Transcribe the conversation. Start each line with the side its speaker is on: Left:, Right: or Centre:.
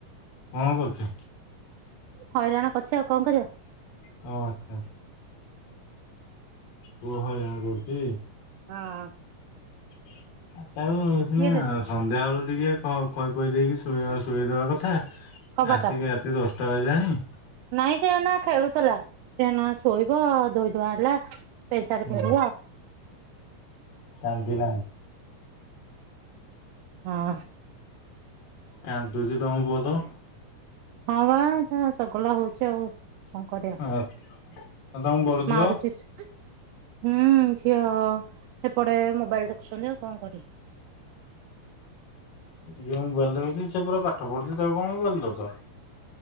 Left: କଣ କରୁଛି?
Right: ହଇରାଣ କରିଛି ଆଉ କଣ କରିବ।
Left: ହଉ ଆଚ୍ଛା ପୁଅ ହଇରାଣ କରୁଛି।
Right: ହଁ
Left: <inaudible> ତାକୁ ସିନା
Right: କିଏ ଦେଇଥିଲା
Left: ସନ୍ଧ୍ୟା ବେଳୁ ଟିକେ ଖୁଏଇ ପିଏଇ ଦେଇକି ଶୋଇଦବା କଥା।
Right: କବାଟ
Left: ଆସିକି ରାତି ଦଶଟା ବାଜିଲାଣି।
Right: ନାଇଁ ସେନା ଖେଳୁଥିଲା ସେନା ଶୋଇବ ଧୋଇଧୁଆ ହେଲା। ପେନ୍ସାର୍ଟ
Left: ହୁଁ
Right: ପିନ୍ଧିବ।
Left: କାନ୍ଦିଲାଣି।
Right: ହଁ
Left: କାନ୍ଦୁଛି ତମ ପୁଅ ତ
Right: ହଁ ବା ଏଟା ଚଗଲା ହଉଛି ଆଉ। କଣ କରିବା
Left: ଆଉ ତମ ବଡ ଝିଅ
Right: ମାରୁଚି ସେ। ହୁଁ ସିଏ ହେପଟେ ମୋବାଇଲ ଦେଖୁଛନ୍ତି ଆଉ କଣ କରିବେ।
Left: ଝିଅ ମୋବାଇଲ ଦେଖୁଚି ସେ ପରା ପାଠ ପଢୁଛି ତାକୁ କଣ ମୋବାଇଲ ଦଉଚ।